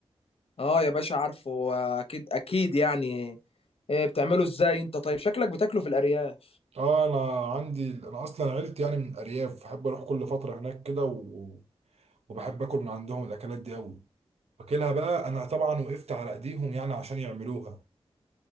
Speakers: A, on the left; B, on the right.
A: اه يا باشا عارفه اكيد اكيد يعني إيه بتعمله ازاي انت طيب شكلك بتاكله في الارياف
B: اه انا عندي انا اصلا عيلتي يعني من الارياف بحب اروح كل فتره هناك كده و... وبحب اكل من عندهم الاكلات دي قوي واكلها بقى انا طبعا وقفت على ايديهم يعني عشان يعملوها